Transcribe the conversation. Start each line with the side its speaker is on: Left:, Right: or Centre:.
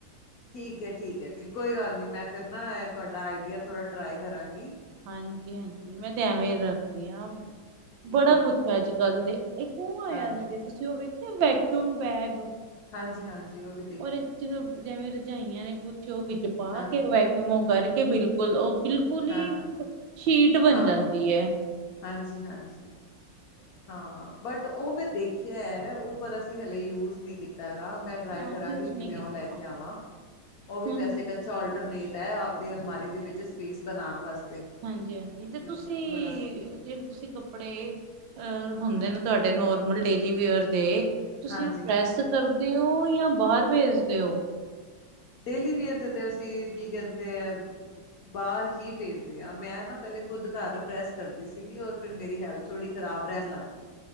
Left: ਠੀਕ ਏ, ਠੀਕ ਏ ਜੀ ਕੋਈ ਗੱਲ ਨੀ ਮੈਂ ਫੇਰ ਨਾ ਤੁਆਡਾ ਆਈਡੀਆ ਥੋੜਾ ਟਰਾਈ ਕਰਾਂਗੀ
Right: ਹਾਂਜੀ ਹਾਂਜੀ ਮੈਂ ਤੇ ਐਵੇਂ ਰੱਖਦੀ ਆ।
Left: ਠੀਕ
Right: ਬੜਾ
Left: ਹੈ
Right: ਕੁੱਛ
Left: ਠੀਕ
Right: ਐ ਅੱਜ
Left: ਹੈ
Right: ਕੱਲ ਦੇ ਇੱਕ ਆਇਆ
Left: ਹਾਂਜੀ
Right: ਵਾ ਜੇ ਤੁਸੀਂ ਉਹ ਵੇਖਿਆ ਵੈਕਊਮ ਬੈਗ।
Left: ਹਾਂਜੀ ਹਾਂਜੀ ਓ ਵੀ ਦੇਖਿਆ।
Right: ਔਰ ਇੱਥੇ ਤਾਂ ਜਿਵੇਂ ਰਜਾਈਆਂ ਨੇ ਕੁਛ ਵਿੱਚ ਪਾ
Left: ਹਾਂ
Right: ਕੇ
Left: ਹਾਂ
Right: ਵੈਕਮ ਕਰਕੇ ਬਿਲਕੁਲ ਓ ਬਿਲਕੁਲ
Left: ਹਾਂ
Right: ਈ
Left: ਹਾਂ
Right: ਸ਼ੀਟ ਬਣ
Left: ਹਾਂ-ਹਾਂ,
Right: ਜਾਂਦੀ ਏ।
Left: ਹਾਂਜੀ-ਹਾਂਜੀ। ਹਾਂ ਬਟ ਓ ਮੈਂ ਦੇਖਿਆ ਐ ਉਹ ਪਰ ਅਸੀਂ ਹਲੇ ਯੂਜ ਨੀ ਕੀਤਾ ਹੈਗਾ। ਮੈਂ ਟਰਾਈ ਕਰਾਂਗੀ
Right: ਆਪ ਯੂਜ
Left: ਕਿ
Right: ਨਹੀਂ
Left: ਮੈਂ
Right: ਕੀਤਾ
Left: ਓ ਲੈ ਕੇ ਆਵਾਂ ਉਹ ਵੀ
Right: ਹੁਣ
Left: ਵੈਸੇ ਕ ਅੱਛਾ ਆਲਟਰਨੇਟ ਐ ਆਪਦੇ ਅਲਮਾਰੀ ਦੇ ਵਿੱਚ ਸਪੇਸ ਬਣਾਣ ਵਾਸਤੇ।
Right: ਹਾਂਜੀ ਹਾਂਜੀ ਤੇ
Left: ਕਿ
Right: ਤੁਸੀਂ
Left: ਉਹਨੂੰ ਥੋੜਾ
Right: ਜੇ ਤੁਸੀਂ ਕੱਪੜੇ ਅ ਹੁੰਦੇ ਨੇ ਤੁਆਡੇ ਨੋਰਮਲ ਡੇਲੀਵੇਅਰ ਦੇ ਤੁਸੀਂ
Left: ਹਾਂਜੀ,
Right: ਓ ਪ੍ਰੈੱਸ ਕਰਦੇ ਓਂ ਜਾ ਬਾਰ ਪੇਜਦੇ ਔ?
Left: ਡੇਲੀ ਵੀਅਰ ਦੇ ਤੇ ਅਸੀਂ ਕੀ ਕੇਂਦੇ ਐ ਬਾਰ ਹੀ ਭੇਜਦੀ ਆ ਮੈਂ ਨਾ ਪੈਲੇ ਖੁਦ ਘਰ ਪ੍ਰੈਸ ਕਰਦੀ ਸੀਗੀ ਔਰ ਫਿਰ ਮੇਰੀ ਹੈਲਥ ਥੋੜ੍ਹੀ ਖ਼ਰਾਬ ਰੈਨ ਲੱਗ ਗੀ